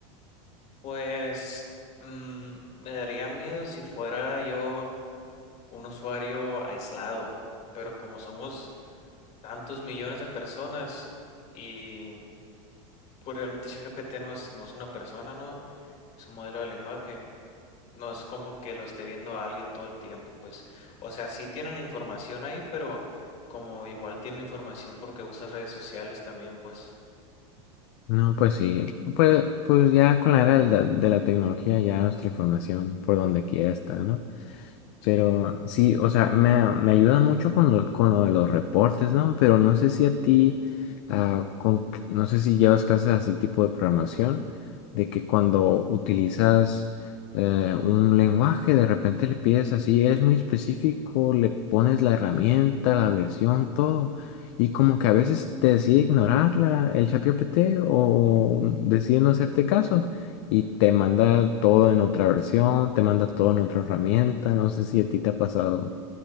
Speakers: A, on the left; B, on the left.
A: Pues mm, me daría miedo si fuera yo. un usuario aislado, pero como somos tantos millones de personas y pues realmente ChatGPT no es, no es una persona, ¿no? Es un modelo de lenguaje. No es como que lo esté viendo a alguien todo el tiempo, pues, o sea, sí tienen la información ahí, pero como igual tienen información porque usas redes sociales también, pues,
B: No, pues sí, pues, pues ya con la era de la, de la tecnología ya nuestra información por donde quiera está, ¿no?
A: sí.
B: Pero sí, o sea, me, a- me ayuda mucho con lo, con lo de los reportes, ¿no? Pero no sé si a ti, ah, con, no sé si llevas clases así tipo de programación, de que cuando utilizas eh, un lenguaje, de repente le pides así, eres muy específico, le pones la herramienta, la versión, todo, y como que a veces te decide ignorarla, el chat GPT o decide no hacerte caso y te manda todo en otra versión, te manda todo en otra herramienta, no sé si a ti te ha pasado.